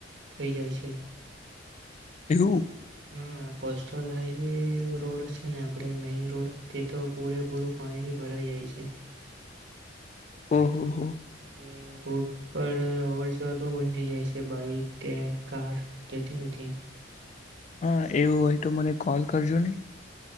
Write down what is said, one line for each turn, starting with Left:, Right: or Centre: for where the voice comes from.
Right: થઈ જાય છે.
Left: હેલો.
Right: હા કોસ્ટલ હાઈવે રોડ છે ને આપણે મેઈન રોડ તે તો પૂરેપૂરું પાણી ભરાઈ જાય છે.
Left: હમ્મ-હમ્મ.
Right: એટલે ત પણ અવર જવર પણ બની જાય છે બાઈક કે કાર જતી નથી.
Left: હા એવું હોય તો મને કોલ કરજો નને